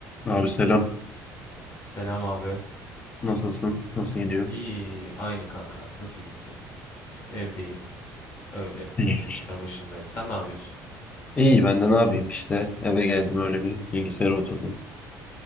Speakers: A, on the left; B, on the left.
A: Abi selam.
B: Selam abi.
A: Nasılsın? Nasıl gidiyor?
B: İyi, iyi, aynı kanka. Nasıl gitsin? Evdeyim. Öyle.
A: İyidir.
B: Bilgisayar başındayım. Sen ne yapıyorsun?
A: İyi ben de ne yapayım işte. Eve geldim öyle bir bilgisayara oturdum.